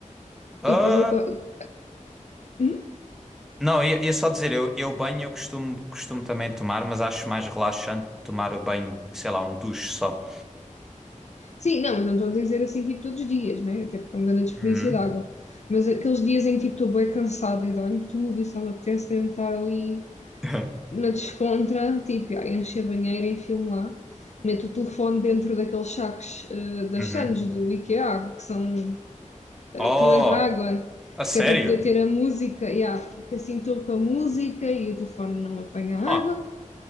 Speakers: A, in the centre; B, on the left (about 60°).
A: Ah,
B: E depois eu... go- Hum?
A: não, ia, ia só dizer, eu, eu banho eu costumo, costumo também tomar, mas acho mais relaxante tomar o banho, sei lá, um duche só.
B: Sim, não, mas não estou a dizer assim tipo todos os dias, né? Até porque é um grande desperdício
A: Uhum.
B: de água. Mas aqueles dias em que tipo estou bem cansada e dói-me tudo e só me apetece mesmo estar ali
A: <laughs>
B: na descontra, tipo, ai, encher a banheira, enfio-me lá. Meto o telefone dentro daqueles sacos eh, das
A: Uhum.
B: Sands do IKEA, que são eh,
A: Oh,
B: que não entra água,
A: a sério?
B: que é para poder ter a música, yeah, que assim estou com a música e o telefone não apanha
A: Huh.
B: água,